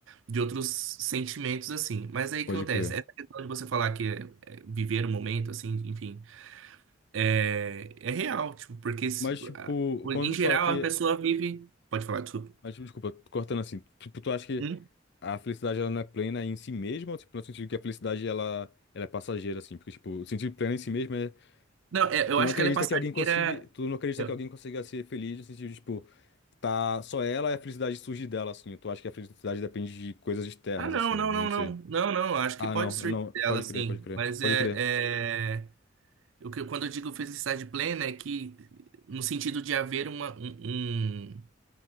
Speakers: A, on the right; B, on the left.
A: de outros sentimentos assim. Mas aí o
B: pode
A: que acontece?
B: crer.
A: Essa questão de você falar que é, é, viver o momento, assim, enfim, é, é real, tipo, porque se-
B: Mas, tipo,
A: a-
B: quando
A: em
B: tu
A: geral
B: fala que.
A: a pessoa vive. Pode falar, desculpa.
B: Mas, tipo, desculpa, tô cortando assim. Tipo, tu acha que
A: Hum?
B: a felicidade ela não é plena em si mesma? Ou, tipo, no sentido que a felicidade ela, ela é passageira, assim? Porque, tipo, o sentido pleno em si mesmo é.
A: Não, é, eu
B: Tu
A: acho
B: não acredita
A: que ela é passageira.
B: que alguém consiga. Tu não acredita
A: eu-
B: que alguém consiga ser feliz no sentido de, tipo, tá só ela e a felicidade surge dela, assim. Tu acha que a felicidade depende de coisas externas,
A: Ah, não,
B: assim? Não
A: não, não,
B: sei.
A: não. Não, não, acho
B: Ah,
A: que pode
B: não,
A: surgir
B: não. Pode
A: dela, assim.
B: crer, pode crer.
A: Mas
B: Pode
A: é,
B: crer.
A: é... O que, quando eu digo felicidade plena é que no sentido de haver uma, um, um